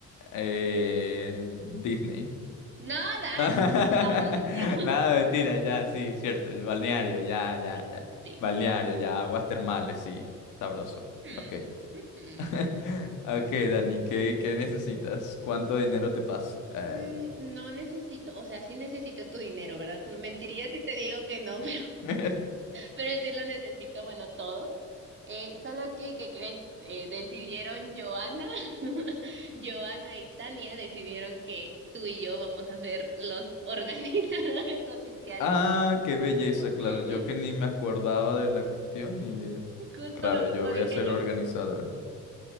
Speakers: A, on the left; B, on the right.
A: eh, Disney.
B: No,
A: <laughs>
B: Dani,
A: Nada,
B: por el amor de Dios.
A: mentira, ya, sí, cierto, el balneario, ya, ya,
B: <laughs>
A: ya.
B: Sí.
A: Balneario, ya, aguas termales, sí, sabroso.
B: Mm,
A: Ok.
B: ujú.
A: <laughs> Ok, Dani, ¿qué, qué necesitas? ¿Cuánto dinero te paso? Ah,
B: Mm,
A: ya.
B: No necesito, o sea, sí necesito tu dinero, ¿verdad? Mentiría si te digo que no, <laughs> pero,
A: <laughs>
B: pero sí lo necesito, bueno, todo. Eh, solo que, ¿qué crees? Eh, decidieron Joana, <laughs> Joana y Tania decidieron que tú y yo vamos a ser los <laughs> organizadores oficiales.
A: Ah, qué belleza,
B: Ujú,
A: claro, yo que ni me acordaba de la cuestión y eh,
B: Justo
A: claro,
B: lo mismo
A: yo voy
B: dije
A: a ser
B: yo.
A: organizador.